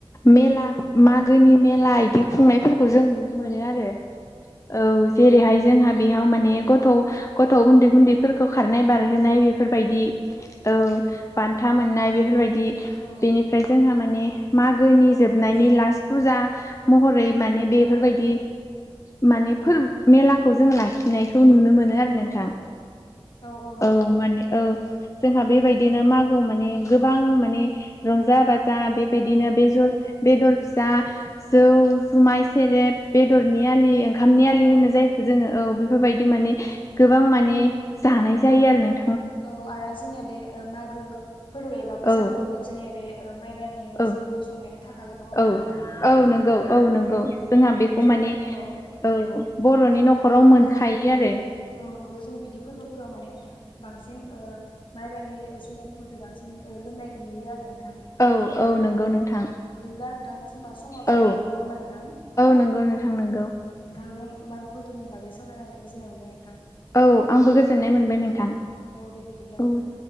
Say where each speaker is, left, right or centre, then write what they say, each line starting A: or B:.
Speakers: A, on the left; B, on the left.
A: मेला मागोनि मेला बिदि खुंनायफोर जों नुनो मोन
B: औ
A: आरो औ जेरैहाय जोंहा बेयाव माने गथ' गथ' उन्दै गुन्दैफोरखौ खारनाय बारहोनाय बेफोरबायदि औ बान्था मोननाय बेफोरबायदि
B: औ
A: बेनिफ्राय जोंहा माने मागोनि
B: औ
A: जोबनायनि लास फुजा महरै माने बेफोरबायदि
B: औ
A: माने फोरबो मेलाखौ जों लाखिनायखौ नुनो मोनो आरो नोंथां।
B: नंगौ नोंथां
A: औ माने औ जोंहा बेबायदिनो मागो माने गोबां माने रंजा बा जा बेबायदिनो
B: औ
A: बे बेदर फिसा जौ
B: औ
A: जुमाय सेरेब बेदरनि आलि ओंखामनि आलि
B: औ
A: होनो जायखौ जोङो औ बेफोरबायदि माने
B: नंगौ
A: गोबां माने जानाय जायो आरो नों
B: औ आरो जोंनिया दा मागो फोरबो एबा
A: औ
B: बैसागु फोरबोआव जोंनिया बे माइब्रानि
A: औ
B: जौ संनाया थाखागोन नङा होमबा
A: औ
B: नोंथां?
A: औ नंगौ औ
B: अ
A: नंगौ जोंहा
B: बेफोरखौ
A: बेखौ
B: जोङो
A: माने
B: औ
A: औ बर'नि
B: जों
A: न'खराव
B: बिदि
A: मोनखायो
B: औ
A: आरो।
B: औ नंगौ जों बिदि फोरबोफोराव माने बांसिन माइब्रानि जुनारफोरखौसो बांसिन लोंनायखौ नुयो आरो। नोंथां
A: औ औ नंगौ
B: बिदिब्ला
A: नोंथां
B: नोंथां जोंनाव समाबो
A: औ
B: जाना फैबाय नङा होमबा नोंथां?
A: नंगौ औ नोंथां नोंगौ।
B: नोंथांजों मागो फोरबोनि बागै सावरायनानै गोजोननाय मोनबाय नोंथां।
A: औ आंबो <unintelligible> नोंथां
B: औ दे बिदिब्ला नोंथां।
A: औ